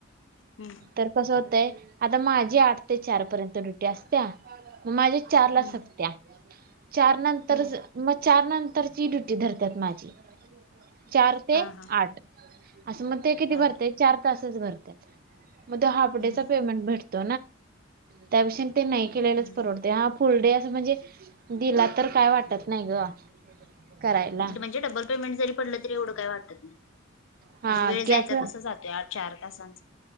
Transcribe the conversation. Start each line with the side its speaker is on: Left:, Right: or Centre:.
Left: हम्म
Right: तर कस होतंय आता माझी आठ ते चार पर्यंत ड्युटी असते्या. माझ्या चार
Left: हम्म
Right: ला सत्या चार नंतर
Left: हम्म
Right: मग चार नर ड्युटी धरतात माझी चार ते
Left: हा हा
Right: आठ असं मग ते किती
Left: चालेल
Right: भरते चार तासच भरतात मग ते हाफ
Left: हम्म
Right: डे चा पेमेंट भेटत. त्याप ते नाही केलेलाच
Left: हम्म
Right: परवडते हा फुल डे अस. म्हणजे दिला तर काय वाटत नाही ग. करायला
Left: म्हणजे डबल पेमेंट जरी पडलं तरी एवढं काही वाटत नाही
Right: हा
Left: म्ह वेळ
Right: की
Left: जायचा
Right: असं
Left: तसं जातोय आ. चार तासां